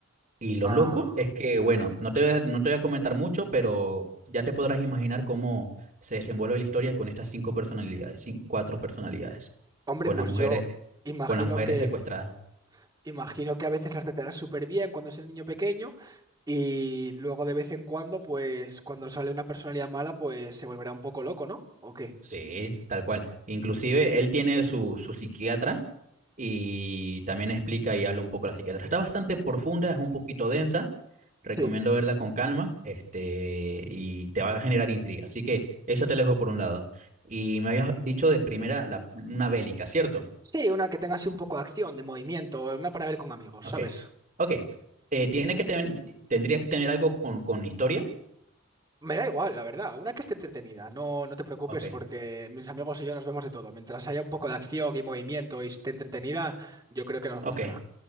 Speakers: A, on the right; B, on the right.
A: Y lo
B: Ah.
A: loco es que, bueno, no te voy a, no te voy a comentar mucho, pero ya te podrás imaginar cómo se desenvuelve la historia con estas cinco personalidades, cin- cuatro personalidades,
B: Hombre,
A: con
B: pues
A: las mujeres,
B: yo imagino
A: con las mujeres
B: que
A: secuestradas.
B: imagino que a veces las tratarán súper bien cuando es el niño pequeño y luego de vez en cuando, pues cuando sale una personalidad mala, pues se volverá un poco loco, ¿no? ¿O qué?
A: Sí, tal cual. Inclusive él tiene su, su psiquiatra y también explica y habla un poco de la psiquiatra. Está bastante profunda, es un poquito densa. Recomiendo
B: Sí.
A: verla con calma, este, y te va a generar intriga. Así que eso te lo dejo por un lado. Y me habías dicho de primera la- una bélica, ¿cierto?
B: Sí, una que tenga así un poco de acción, de movimiento, una para ver con amigos,
A: Ok.
B: ¿sabes?
A: Ok. Eh, ¿tiene que ten- tendría que tener algo con, con historia?
B: Me da igual, la verdad. Una que esté entretenida. No, no te preocupes
A: Ok.
B: porque mis amigos y yo nos vemos de todo. Mientras haya un poco de acción y movimiento y esté entretenida, yo creo que nos
A: Ok.
B: gustará.